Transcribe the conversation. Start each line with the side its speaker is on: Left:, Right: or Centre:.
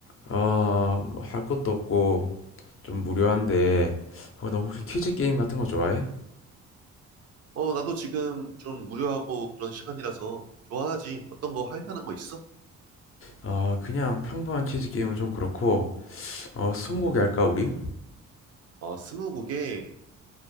Left: 아, 뭐할 것도 없고 좀 무료한데 어, 너 혹시 퀴즈 게임 같은 거 좋아해?
Right: 어, 나도 지금 좀 무료하고 그런 시간이라서 좋아하지. 어떤 거 할 만한 거 있어?
Left: 아, 그냥 평범한 퀴즈 게임은 좀 그렇고 어, 스무고개 할까 우리?
Right: 어, 스무고개.